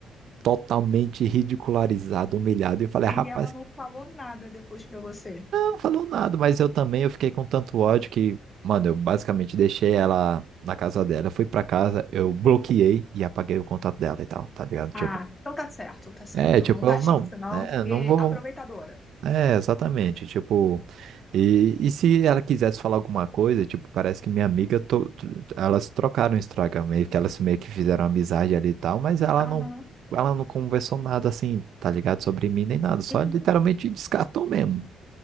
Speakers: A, on the right (about 70°); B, on the left (about 20°).
A: totalmente ridicularizado, humilhado, e eu falei,
B: E
A: "Ah, rapaz,
B: ela não falou nada depois pra você.
A: não falou nada, mas eu também eu fiquei com tanto ódio que, mano, eu basicamente deixei ela na casa dela. Eu fui pra casa, eu bloqueei e apaguei o contato dela e tal, tá ligado?
B: Ah,
A: Tipo,
B: então tá certo, tá certo.
A: é, tipo,
B: Não dá
A: eu
B: chance,
A: não,
B: não,
A: é,
B: porque
A: não vou.
B: aproveitadora.
A: É, exatamente, tipo, e, e se ela quisesse falar alguma coisa, tipo, parece que minha amiga, to- tro- elas trocaram o Instagram, meio que elas meio que fizeram amizade ali e tal, mas ela
B: Aham.
A: não, ela não conversou nada assim, tá ligado, sobre mim nem nada, só
B: Uhum.
A: literalmente descartou mesmo,